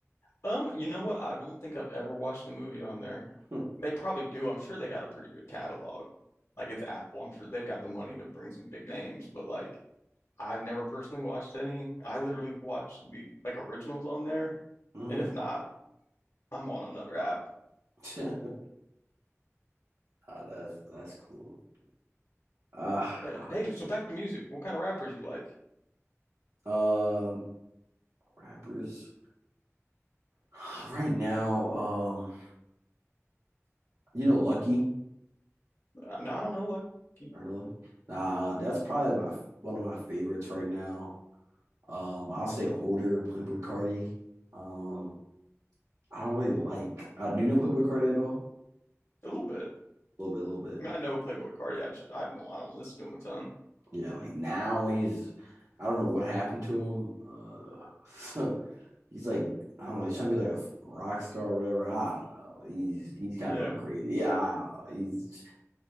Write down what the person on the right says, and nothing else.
<laughs>
hmm
<laughs> Ah, that's that's cool. Ah,
ah, um, rappers <sighs> right now. Um, you know, Lucky.
Heard of Lucky? Nah, that's probably my one of my favorites right now. Um, I'll say older Playboy Carti. Um, I don't really like. Uh, do you know Playboy Carti at all?
A little bit, a little bit.
Yeah, like now he's, I don't know what happened to him. Uh, <laughs> he's like, I don't know, he's trying to be like a f- rock star or whatever. I don't know. He's he's kind
of going crazy. Yeah, I don't know. He's